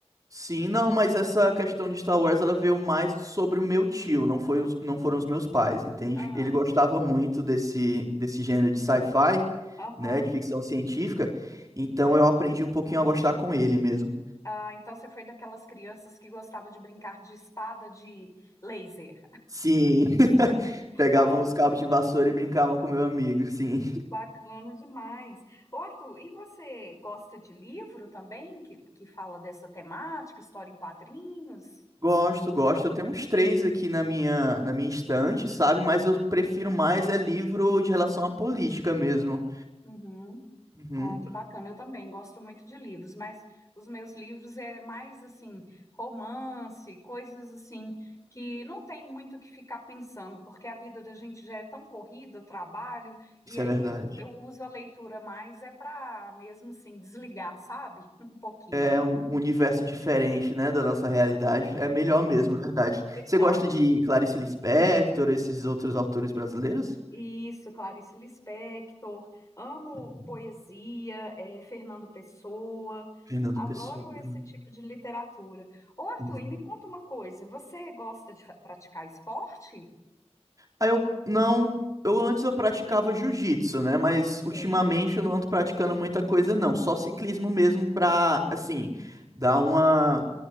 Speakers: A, on the right; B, on the left.
A: Sim, não, mas essa questão de Star Wars, ela veio mais sobre o meu tio, não foi, os- não foram os meus pais, entende?
B: Ah,
A: Ele gostava muito desse, desse gênero de sci-fi,
B: aham.
A: né, de ficção científica, então eu aprendi um pouquinho a gostar com ele mesmo.
B: Ah, então você foi daquelas crianças que gostava de brincar de espada de laser.
A: Sim, <laughs>
B: <laughs>
A: pegavam
B: Ah,
A: os cabos de vassoura e brincavam com meu amigo, sim.
B: bacana demais. Ô, Arthur, e você gosta de livro também que, que fala dessa temática, história em quadrinhos?
A: Gosto, gosto. Eu tenho uns três aqui na minha, na minha estante, sabe? Mas eu prefiro mais é livro de relação à política mesmo.
B: Uhum.
A: Uhum,
B: Ah, que bacana. Eu também gosto muito de livros, mas os meus livros é mais assim, romance, coisas assim que não tem muito o que ficar pensando, porque a vida da gente já é tão corrida, o trabalho, e
A: isso
B: aí
A: é verdade.
B: eu, eu uso a leitura mais é para mesmo assim desligar, sabe? <laughs> Um pouquinho.
A: É um universo diferente, né, da nossa realidade. É melhor
B: É
A: mesmo, é verdade.
B: verdade.
A: Você gosta de Clarice Lispector, esses outros autores brasileiros?
B: Isso, Clarice Lispector, amo
A: Uhum.
B: poesia, eh, Fernando Pessoa,
A: Fernando
B: adoro
A: Pessoa.
B: esse
A: né?
B: tipo de literatura. Ô Arthur,
A: Uhum.
B: e me conta uma coisa, você gosta de fa- praticar esporte?
A: Aí eu não. Eu antes eu praticava jiu-jitsu, né? Mas ultimamente
B: É.
A: eu não ando praticando muita coisa, não. Só ciclismo mesmo pra, assim, dar uma,